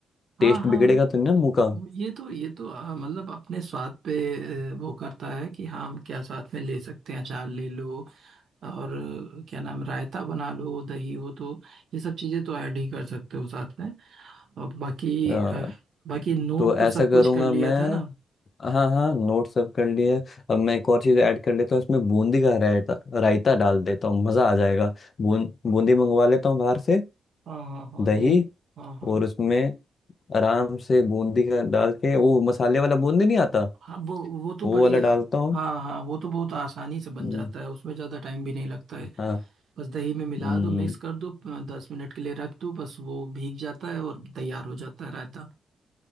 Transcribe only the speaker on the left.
टेस्ट
बिगड़ेगा तो नहीं ना मुंह का
अ,
तो ऐसा
करूंगा
मैं
हाँ हाँ नोट सब कर लिए अब मैं एक और चीज़ ऐड कर लेता हूँ इसमें बूंदी का रायता रायता डाल देता हूँ मज़ा आ जाएगा बूं बूंदी मंगवा लेता हूँ बाहर से
दही
और उसमें आराम से बूंदी का डाल के वो मसाले वाला बूंदी नहीं आता
वो
वाला
डालता हूँ
हम्म,
हाँ
हम्म,